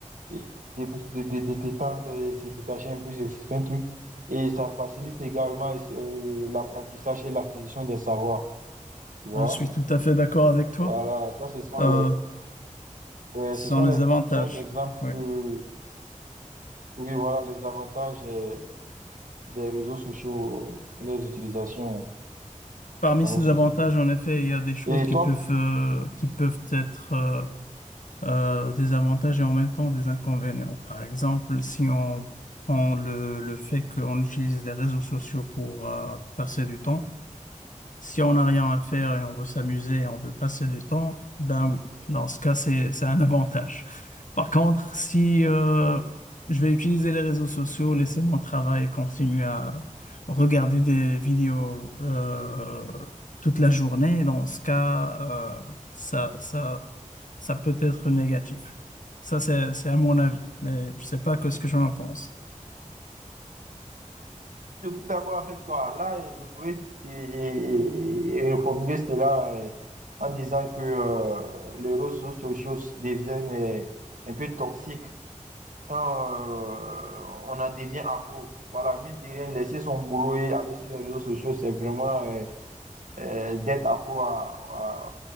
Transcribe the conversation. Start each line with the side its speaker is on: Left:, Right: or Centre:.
Right: et de, de, de, de détendre et se détacher un peu de certains trucs. Et ça facilite également euh, l'apprentissage et l'acquisition des savoirs, tu vois.
Left: je suis tout à fait d'accord avec toi.
Right: Voilà, ça, ce sont
Left: Euh,
Right: les, ouais,
Left: sans
Right: ce sont
Left: les
Right: les
Left: avantages.
Right: différents exemples
Left: Oui.
Right: que, Oui, voilà les avantages euh, des réseaux sociaux et les utilisations
Left: Parmi
Right: dans
Left: ces
Right: nos sociétés.
Left: avantages, en effet, il y a des choses
Right: Et
Left: qui
Right: toi,
Left: peuvent, euh, qui peuvent être euh, euh, des avantages et en même temps des inconvénients. Par exemple, si on prend le, le fait qu'on utilise les réseaux sociaux pour euh, passer du temps, Si on n'a rien à faire et on veut s'amuser et on veut passer du temps, ben oui, dans ce cas, c'est, c'est un avantage. Par contre, si euh, je vais utiliser les réseaux sociaux, laisser mon travail et continuer à regarder des vidéos euh, toute la journée, dans ce cas, euh, ça, ça, ça peut être négatif. Ça, c'est, c'est à mon avis, mais je sais pas que ce que j'en pense.
Right: je suis d'accord avec toi. Là, et je pourrais et- et- et reformuler cela euh, en disant que euh, les réseaux sociaux deviennent euh, un peu toxiques quand euh, on en devient accro. Voilà, mine de rien, laisser son boulot et aller sur les réseaux sociaux, c'est vraiment euh, euh, d'être accro à, à,